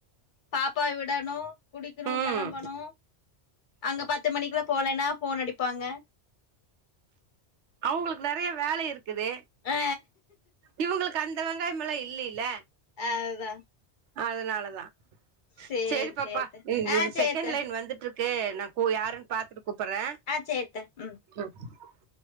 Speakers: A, on the left (about 50°); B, on the right (about 85°).
A: பாப்பாயு விடணு குளிக்கிணு
B: ம்
A: கெளம்பணு அங்க பத்து மணிக்குல போலேன்னா ஃபோன் அடிப்பாங்க
B: அவுங்ளுக் நெறைய வேல இருக்குது
A: ஆ
B: இவுங்ளுக் அந்த வங் ங்காயமெல்லா இல்லில
A: அதுதா
B: அதனாலதா
A: சரி,
B: சேரி பாப்பா
A: சரி அத்தை.
B: நீ
A: ஆ சரி
B: செகண்ட்
A: அத்தை.
B: லைன் வந்துட்ருக்கு நா கோ யாருன்னு பாத்துட்டு கூப்பறே
A: அ செரித்த ம்
B: ம்